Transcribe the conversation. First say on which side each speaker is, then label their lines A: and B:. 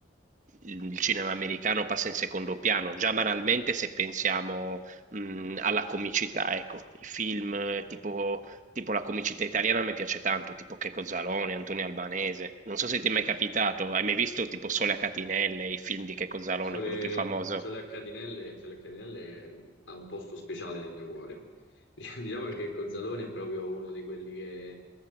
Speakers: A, on the right; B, on the left.
A: il cinema americano passa in secondo piano. Già banalmente se pensiamo, mh, alla comicità, ecco, i film eh, tipo Tipo la comicità italiana mi piace tanto, tipo Checco Zalone, Antonio Albanese. Non so se ti è mai capitato, hai mai visto tipo Sole a catinelle, i film di Checco Zalone,
B: Sole,
A: quello più famoso?
B: Sole a Catinelle, Sole a Catinelle mh, ha un posto speciale nel mio cuore. <laughs> Diciamo che Cozzalone è proprio uno di quelli che